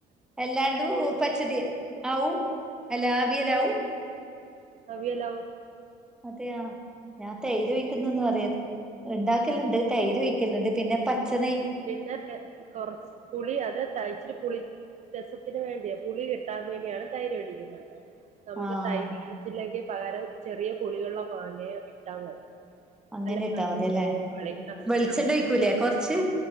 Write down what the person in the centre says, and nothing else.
അല്ലാണ്ട് പച്ചടി ആവും അല്ലാ അവിയലാവും?
അതെയാ ഞാൻ തൈര് ഒഴിക്കുന്നെന്ന് പറയുന്ന്. ഇണ്ടാക്കല്ണ്ട് തൈര് ഒഴിക്കല്ണ്ട് പിന്നെ പച്ച നെയ്
ആഹ്
അങ്ങനെ
ഇട്ടാമതിയല്ലേ.
വെളിച്ചെണ്ണ ഒഴിക്കൂലേ കൊർച്ച്?